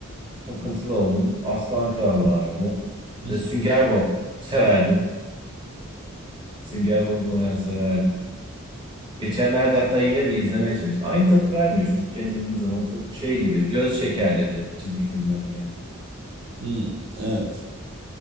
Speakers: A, on the right (about 20°); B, on the right (about 75°).
A: takıntılı oldum. Aslan Kral vardı.
B: <laughs>
A: Ve Sünger Bob severdim. Sünger Bob'u bayağı severdim. Geçenlerde hatta yine bir izlemeye çalıştım. Aynı tadı vermiyor çocukken izlediğim zaman çok şey gibi. Göz şekerleri çizgi filmler geldi.
B: Hı, evet.